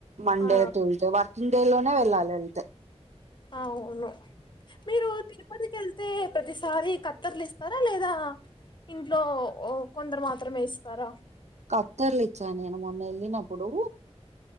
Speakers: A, on the right; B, on the left.
A: Monday
B: ఆ
A: two Tuesday working day లోనే వెళ్ళాలి ఎళ్తే
B: అవును మీరు తిరుపతికెళ్తే ప్రతిసారి కత్తెర్లు ఇస్తారా లేదా ఇంట్లో కొందరు మాత్రమే ఇస్తారా
A: కత్తెర్లిచ్చా నేను మొన్న ఎళ్ళినప్పుడు